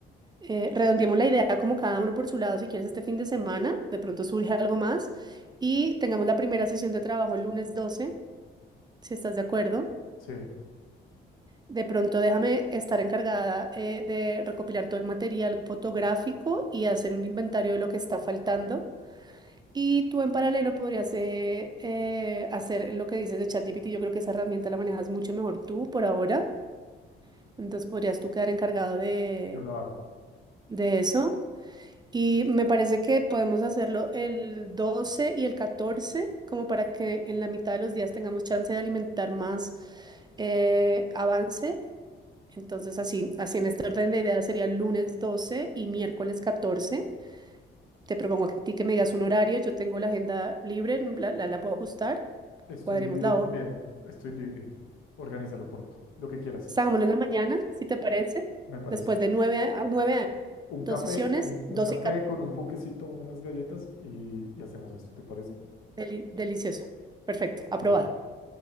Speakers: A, on the right; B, on the left.
A: Eh, redondeemos la idea como cada uno por su lado, si quieres este fin de semana, de pronto surge algo más y tengamos la primera sesión de trabajo el lunes 12, si estás de acuerdo.
B: Sí,
A: De pronto déjame estar encargada eh, de recopilar todo el material fotográfico y hacer un inventario de lo que está faltando. Y tú en paralelo podrías eh, eh, hacer lo que dices de ChatGPT. Yo creo que esa herramienta la manejas mucho mejor tú por ahora. Entonces podrías tú quedar encargado de,
B: yo lo hago.
A: de eso. Y me parece que podemos hacerlo el 12 y el 14, como para que en la mitad de los días tengamos chance de alimentar más eh, avance. Entonces, así, así en este orden de ideas sería lunes 12 y miércoles 14. Te propongo a ti que me digas un horario. Yo tengo la agenda libre, la, la, la puedo ajustar.
B: Estoy
A: Cuadremos
B: libre
A: la
B: también.
A: hora.
B: Estoy libre. Organízalo, por favor. Lo que quieras,
A: Salgámoslo en la mañana, si te parece.
B: me parece.
A: Después de 9 a 9 a.m.
B: Un
A: Dos
B: café,
A: sesiones,
B: y
A: 12
B: un café
A: y 14.
B: con un ponquecito, unas galletas y, y hacemos eso. ¿Te parece?
A: Deli- delicioso. Perfecto,
B: Ok,
A: aprobado.